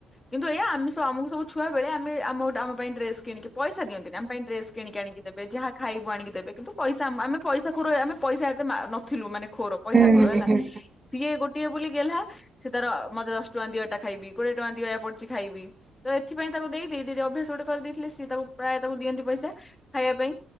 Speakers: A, on the left; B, on the right.
A: କିନ୍ତୁ ଏଇୟ ଆମେ ସବୁ ଆମକୁ ସବୁ । ଛୁଆବେଳେ ଆମେ ଆମ କୁ ଆମପାଇଁ ଡ୍ରେସ୍ । କିଣିକି ପଇଶାଦିଅନ୍ତିନି ଆମ ପାଇଁ ଡ୍ରେସ କିଣିକି ଆଣିକି ଦେବେ ଯାହା ଖାଇବୁ ଆଣି କି ଦେବେ କିନ୍ତୁ ପଇସା ଆମ ଆମେ ପଇସା ଖୁରେ ଆମେ ପଇସା ଏତେ ମା ନଥିଲୁ ମାନେ ଖୋର ପଇସା
B: ହୁଁ
A: ଖୋର
B: ହୁଁ
A: ହେଲା
B: ହୁଁ
A: ସିଏ ଗୋଟିଏ ବୋଲି ଗେଲ୍ହା ସେ ତାର ମତେ ଦଶ ଦସ୍ ଟଙ୍କା ଦିଆ ଏଟା ଖାଇିବି କୋଡ଼ିଏ ଟଙ୍କା ଦିଅ ଏୟା ପଡଛି ଖାଇବି ତ ଏଥିପାଇଁ ତାକୁ ଦେଇ ଦେଇ ଅଭ୍ୟାସ ଗୋଟେ କରିଦେଇଥିଲେ ସି ତାକୁ ପ୍ରାୟ ତ ସବୁ ଦିଅନ୍ତି ପଇସା ଖାଇବା ପାଇଁ